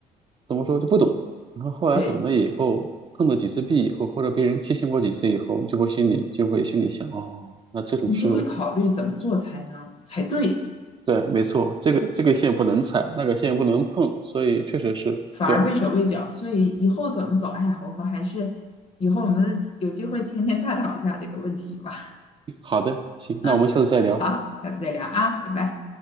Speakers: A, on the right; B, on the left.
A: 怎么说就不懂，然后后来懂了以后，
B: 对，
A: 碰了几次壁以后，或者被人提醒过几次以后，就会心里就会心里想，哦，那这种事，
B: 你就会考虑怎么做才能才对。
A: 对，没错，这个这个线不能踩，那个线不能碰，所以确实是，
B: 反而畏手畏脚，
A: 对，
B: 所以以后怎么走？哎呀，我们还是以后我们有机会天天探讨一下这个问题吧。
A: 好的，行，
B: 嗯，
A: 那我们下次再聊。
B: 好，下次再聊啊，拜拜。